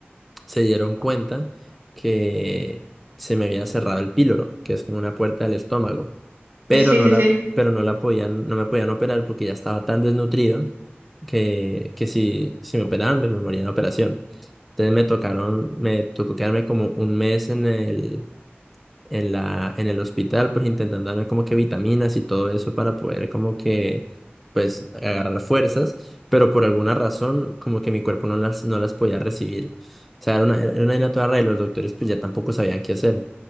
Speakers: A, in the centre; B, on the right.
A: se dieron cuenta que se me había cerrado el píloro, que es como una puerta del estómago, pero
B: Sí,
A: no
B: sí,
A: la,
B: sí.
A: pero no la podían, no me podían operar porque ya estaba tan desnutrido que, que si, si me operaban, pues me moría en la operación. Entonces me tocaron, me tocó quedarme como un mes en el, en la, en el hospital, pues intentando darme como que vitaminas y todo eso para poder como que, pues, agarrar fuerzas, pero por alguna razón como que mi cuerpo no las, no las podía recibir. O sea, era una, era una vaina toda rara y los doctores pues ya tampoco sabían qué hacer.